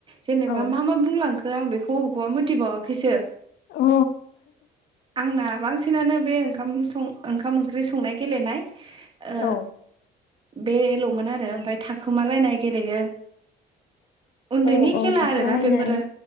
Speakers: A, on the right; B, on the left.
A: जेनेबा
B: औ
A: मा मा बुंलां खो आं बेखौ बबेखौबा मिथिबावाखैसो।
B: अ।
A: आंना बांसिनानो बे ओंखाम सं ओंखाम ओंख्रि संनाय गेलेनाय ओ।
B: औ
A: बेल'मोन आरो ओमफाय थाखोमालायनाय गेलेयो। उन्दैनि
B: औ औ
A: खेला
B: थाखोमालायनाय
A: आरो ना बेफोरो